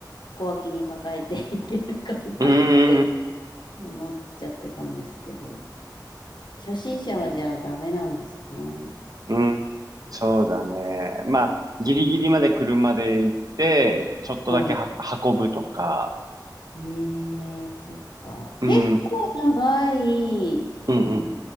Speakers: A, on the left (about 75°); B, on the right (about 55°).
A: 小脇に抱えて <laughs> いけるかなって
B: ーん、
A: 思っちゃってたんですけど、初心者はじゃあダメなんですね。
B: うん、そうだね。まあ、ギリギリまで車で行って、
A: うん
B: ちょっとだけは運ぶとか、
A: はい。ええそっか。
B: うん、
A: 結構長い
B: うん、うん。